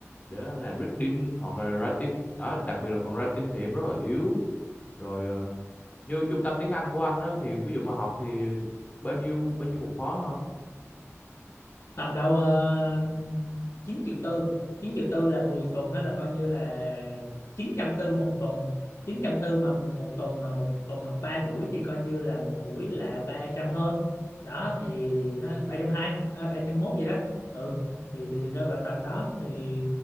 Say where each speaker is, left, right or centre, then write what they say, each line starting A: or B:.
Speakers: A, on the left; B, on the left.
A: để làm reading hoặc là writing đó đặc biệt là phần writing thì em rất là yếu rồi ờ, như trung tâm tiếng Anh của anh á thì ví dụ mà học thì bao nhiêu bao nhiêu một khóa ha
B: tầm đâu ờ, 9 triệu tư chín triệu tư là 10 tuần đó là coi như là chín trăm tư một tuần chín trăm tư mà một tuần mà một tuần học 3 buổi thì coi như là một buổi là 300 hơn đó thì thì nó ba trăm hai à, ba trăm 301 gì đó ừ thì, thì rơi vào tầm đó thì